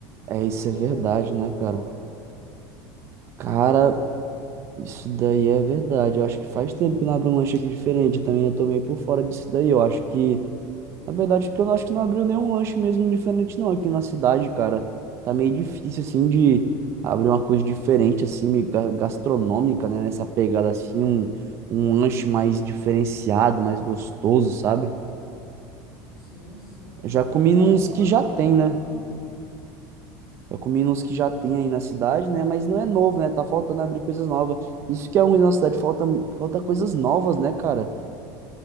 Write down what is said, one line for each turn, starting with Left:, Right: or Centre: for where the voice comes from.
Right: é,
Centre: Ou,
Right: isso
Centre: ou
Right: é verdade,
Centre: eu tô por
Right: né,
Centre: fora?
Right: cara? Cara, Isso daí é verdade. Eu acho que faz tempo que não abre um lanche aqui diferente. Eu também eu tô meio por fora disso daí. Eu acho que, na verdade, que eu não acho que não abriu nenhum lanche mesmo diferente, não. Aqui na cidade, cara, tá meio difícil, assim, de abrir uma coisa diferente, assim, meio ga- gastronômica, né? Nessa pegada, assim, um, um lanche mais diferenciado, mais gostoso, sabe?
Centre: Sim, sim.
Right: Eu já comi
Centre: Tá faltando,
Right: nos que já
Centre: tá
Right: tem,
Centre: faltando.
Right: né? Já comi nos que já tem aí na cidade, né? Mas não é novo, né? Tá faltando abrir coisas novas. Isso que é ruim na cidade, falta, falta coisas novas, né, cara?